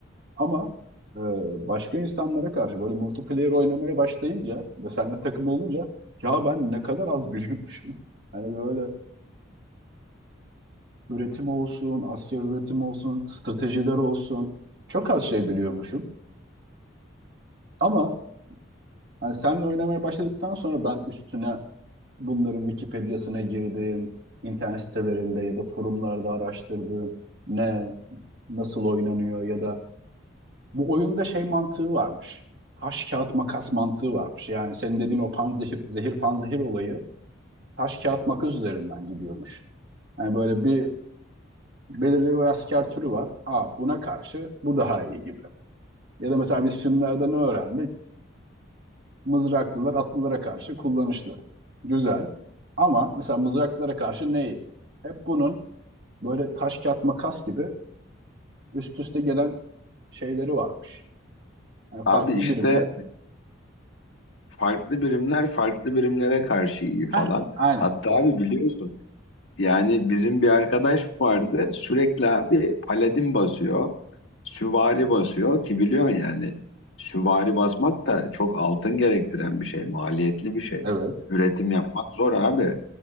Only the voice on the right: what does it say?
Ama e, başka insanlara karşı böyle multiplayer oynamaya başlayınca ve seninle takım olunca ya ben ne kadar az biliyormuşum. Hani böyle üretim olsun, asker üretim olsun, stratejiler olsun. Çok az şey biliyormuşum. Ama hani seninle oynamaya başladıktan sonra ben üstüne bunların Wikipedia'sına girdim, internet sitelerinde ya da forumlarda araştırdım. Ne, nasıl oynanıyor ya da Bu oyunda şey mantığı varmış. Taş kağıt makas mantığı varmış. Yani senin dediğin o panzehir zehir panzehir olayı taş kağıt makas üzerinden gidiyormuş. Yani böyle bir belirli bir asker türü var. Aa buna karşı bu daha iyi gibi. Ya da mesela biz filmlerde ne öğrendik? Mızraklılar atlılara karşı kullanışlı. Güzel. Ama mesela mızraklılara karşı ne iyi? Hep bunun böyle taş kağıt makas gibi üst üste gelen şeyleri varmış. Yani
farklı
birimler.
Heh, aynen
o.
Evet.